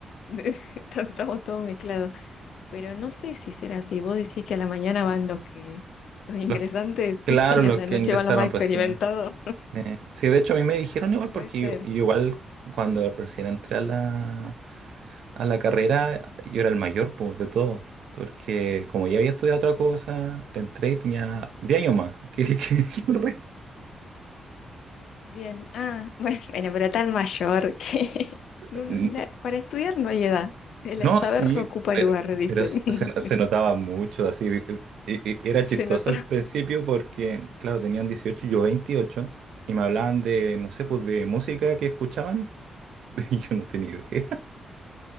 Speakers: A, on the left; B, on the right.
A: <laughs> Tam- Estamos todos mezclados, pero no sé si será así. Vos decís que a la mañana van los que los ingresantes
B: Los- claro,
A: <laughs> y
B: los
A: a la
B: que
A: noche
B: ingresaron
A: van los más experimentados.
B: recién. Eh, sí, de hecho a mí me dijeron igual porque
A: Puede ser,
B: yo, yo igual cuando recién entré a la, a la carrera yo era el mayor pues, de todo. Porque como ya había estudiado otra cosa, entré y tenía 10
A: claro.
B: años más que, <laughs> que- que el
A: Bien, ah, <laughs> bueno, bueno, pero tan mayor que <laughs>
B: resto.
A: uno- la- para estudiar no hay edad. El
B: No,
A: saber
B: sí,
A: no ocupa
B: pero,
A: lugar, dicen.
B: pero s-
A: <laughs>
B: se, se notaba mucho, así, eh, y-
A: Se
B: y era chistoso
A: nota.
B: al principio porque, claro, tenían 18 y yo 28 y me hablaban de, no sé, pues de música que escuchaban, <laughs> y yo no tenía idea.